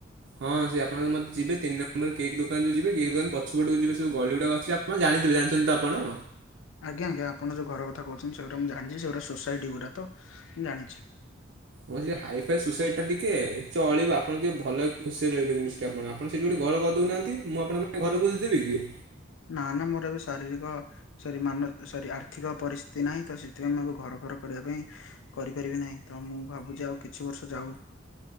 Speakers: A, on the right; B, on the left.
A: ହଁ ସେ ଆପଣଙ୍କ ମତେ ଯିବେ ତିନି ନମ୍ବର କେକ୍ ଦୋକାନ ଯୋଉ ଯିବେ କେକ୍ ଦୋକାନ ପଛପଟକୁ ଯିବେ ସେ ଯୋଉ ଗଳି ଗୁାଡ଼ା ଅଛି ଆପ ଆପଣ ଜାଣିଥିବେ ଜାଣିଛନ୍ତି ତ ଆପଣ?
B: ଆଜ୍ଞା ଆଜ୍ଞା ଆପଣ ଯୋଉଁ ଘର କଥା କହୁଛନ୍ତି ସେଗୁଡ଼ା ମୁଁ ଜାଣିଛି ସେଗୁଡ଼ା ସୋସାଇଟି ଗୁଡ଼ା ତ ମୁଁ ଜାଣିଛି।
A: ହଁ ସେ ହାଇ ଫାଇ ସୋସାଇଟି ଟା ଟିକେ ଚଳିବ ଆପଣ ଟିକେ ଭଲ ଖୁସିରେ ରହିବେ <unintelligible> ଆପଣ ଆପଣ ସେଇଠି ଗୋଟେ ଘର କରିଦଉନାହାନ୍ତି ମୁଁ ଆପଣ ପାଇଁ ଘର ବୁଝିଦେବି କି?
B: ନା ନା ମୋର ବି ଶାରୀରିକ ସରି ମାନ ସରି ଆର୍ଥିକ ପରିସ୍ଥିତି ନାହିଁ ତ ସେଥିପାଇଁ ଆଗ ଘର ଫର କରିବା ପାଇଁ। କରିପାରିବି ନାହିଁ ତ ମୁଁ ଭାବୁଛି ଆଉ କିଛି ବର୍ଷ ଯାଉ।